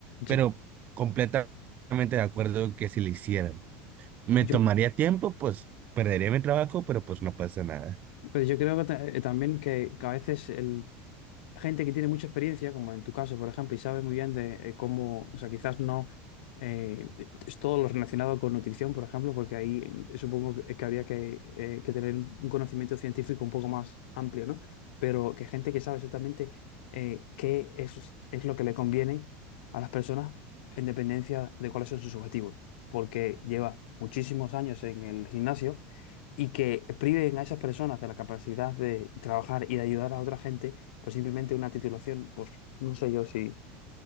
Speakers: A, on the right; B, on the left.
A: pero
B: ya.
A: completamente de acuerdo en que si le hicieran. Me
B: Yo,
A: tomaría tiempo, pues perdería mi trabajo, pero pues no pasa nada.
B: Pero yo creo que ta- eh, también que, que a veces el, gente que tiene mucha experiencia, como en tu caso, por ejemplo, y sabe muy bien de eh, cómo, o sea, quizás no eh, es todo lo relacionado con nutrición, por ejemplo, porque ahí eh, supongo que, que habría que, eh, que tener un conocimiento científico un poco más amplio, ¿no? Pero que gente que sabe exactamente eh, qué es, es lo que le conviene a las personas en dependencia de cuáles son sus objetivos, porque lleva muchísimos años en el gimnasio y que priven a esas personas de la capacidad de trabajar y de ayudar a otra gente pues simplemente una titulación, pues no sé yo si,